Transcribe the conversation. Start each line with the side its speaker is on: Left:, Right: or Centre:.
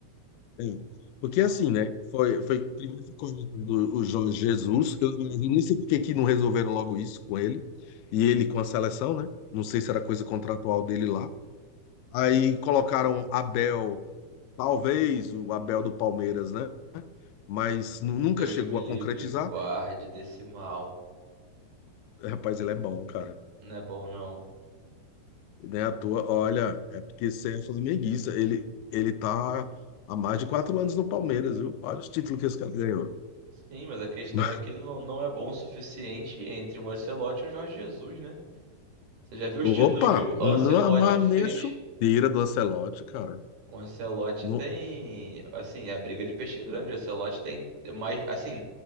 Left: é. Porque assim, né? Foi, foi primeiro ficou o o Jorge Jesus. Eu não- eu nem sei por que que não resolveram logo isso com ele. E ele com a seleção, né? Não sei se era coisa contratual dele lá. Aí colocaram Abel, talvez o Abel do Palmeiras, né? Mas nu- nunca
Right: Deus
Left: chegou
Right: me livre,
Left: a concretizar.
Right: guarde desse mal.
Left: Rapaz, ele é bom, cara.
Right: Não é bom, não.
Left: Nem à toa, olha, é porque você é flamenguista. Ele, ele tá há mais de quatro anos no Palmeiras, viu? Olha os títulos que esse cara ganhou.
Right: Sim, mas a questão
Left: <laughs>
Right: é que ele não, não é bom o suficiente entre um Ancelotti e um Jorge Jesus, né? Você já viu os
Left: Opa,
Right: títulos que o Ancelotti
Left: não amarra
Right: fez?
Left: nem a chuteira do Ancelotti, cara.
Right: O Ancelotti
Left: No-
Right: tem, assim, é a briga de peixe grande. O Ancelotti tem mais, assim,